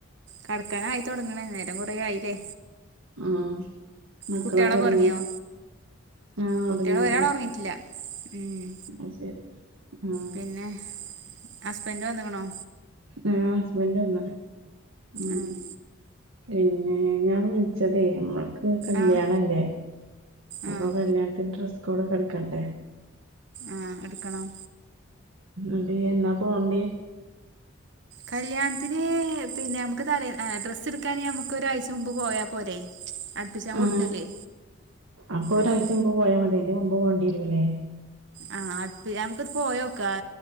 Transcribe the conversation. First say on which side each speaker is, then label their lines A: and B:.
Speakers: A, on the right; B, on the right.
A: കിടക്കാനായിത്തുടങ്ങണേ നേരം കുറേ ആയില്ലേ
B: ആ മക്കളൊക്കെ
A: കുട്ട്യാളൊക്കെ
B: ഉറങ്ങിയോ
A: ഒറങ്ങിയോ
B: ആ
A: കുട്ട്യാള്
B: ഉറങ്ങി
A: ഒരാള്
B: ഉറങ്ങി
A: ഒറങ്ങിയിട്ടില്ല ഉം
B: അ ശരി ആ
A: പിന്നെ ഹസ്ബൻഡ് വന്നകണോ
B: ആ ഹസ്ബൻഡ് വന്ന് ഉം
A: ആഹ്
B: പിന്നെ ഞാൻ വിളിച്ചതേ നമ്മളക്ക് കല്യാണല്ലേ
A: ആഹ്
B: അപ്പൊ
A: ആഹ്
B: കല്യാണത്തിന് ഡ്രസ്സ് കൂടെ കിടക്കണ്ടേ
A: ആ എടുക്കണം
B: ണ്ട്എന്നാ പോണ്ടേ
A: കല്യാണത്തിന് പിന്നെ നമുക്ക് തലേ ഡ്രസ്സ് എടുക്കാൻ നമുക്ക് ഒരാഴ്ച മുമ്പ് പോയാ പോരെ അടുപ്പിച്ചാൻ
B: ആ
A: കൊടുക്കല്ലേ
B: അപ്പൊ ഒരാഴ്ച
A: ആഹ്
B: മുമ്പ് പോയാ മതി എന്റെ മുമ്പ് പോണ്ടിരുവൂല്ലേ
A: ആ അത് നമുക്കത് പോയോക്കാം